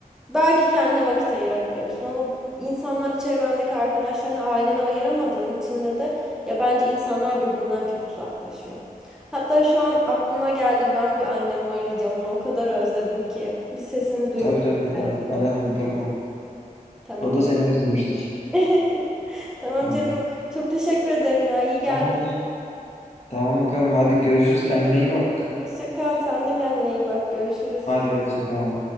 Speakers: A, in the centre; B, on the left.
A: belki kendine vakit ayırabiliyorsun ama insanlara, çevrendeki arkadaşlarına, ailene ayıramadığın içinde de ya bence insanlar birbirinden çok uzaklaşıyor. Hatta şu an aklıma geldi ben bir annemi arayacağım onu o kadar özledim ki bir sesini duymaya
B: Tabii tabii
A: ihtiyacım
B: ara ara
A: var.
B: mutlaka.
A: Tamam.
B: O da seni özlemiştir.
A: <laughs> Tamam
B: Yani.
A: canım. Çok teşekkür ederim ya. İyi geldi.
B: Tamamdır. Tamam bakalım. Hadi görüşürüz. Kendine iyi bak.
A: Hoşça kal. Sen de kendine iyi bak. Görüşürüz.
B: Hadi hoşça kal.